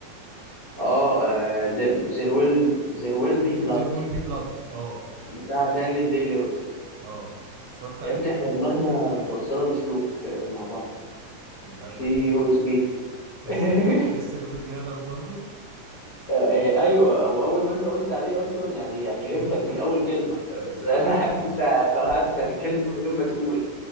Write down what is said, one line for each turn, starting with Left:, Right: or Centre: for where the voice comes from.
Left: اه ذير ويل ذير ويل بي بلاد
Right: There will be blood اه
Left: بتاع دانيال دي لويس
Right: اه انت اتفرجت
Left: يا
Right: عليه
Left: ابني احنا دماغنا متوصلة بسلوك آه، مع بعض
Right: بجد
Left: في
Right: اخت
Left: يو اس بي <laughs>
Right: لسه لسه جه في دماغك برضو
Left: آه، آه، ايوه واول ما انت قلت عليه اصلا يعني فهمتك
Right: امم
Left: من اول كلمه فاهم؟
Right: بالظبط
Left: <laughs> لأن انا عارف
Right: اه
Left: انت خلاص
Right: <laughs>
Left: عارف انت هتتكلم فيه من غير ما تقول